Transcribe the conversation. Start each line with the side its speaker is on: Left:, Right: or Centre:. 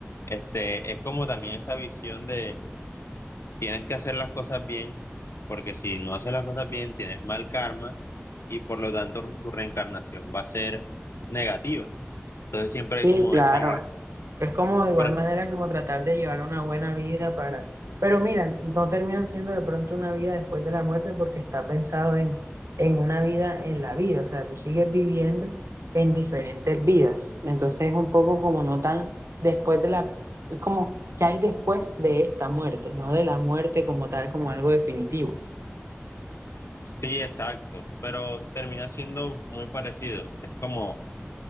Left: este es como también esa visión de tienes que hacer las cosas bien, porque si no haces las cosas bien tienes mal karma y por lo tanto tu reencarnación va a ser negativa. Entonces siempre
Right: Sí,
Left: hay como
Right: claro.
Left: esa,
Right: Es como de igual
Left: pero
Right: manera como tratar de llevar una buena vida para... Pero mira, no termina siendo de pronto una vida después de la muerte porque está pensado en, en una vida en la vida. O sea, tú sigues viviendo en diferentes vidas. Entonces es un poco como no tan después de la... Es como que hay después de esta muerte, no de la muerte como tal, como algo definitivo.
Left: sí, exacto, pero termina siendo muy parecido. Es como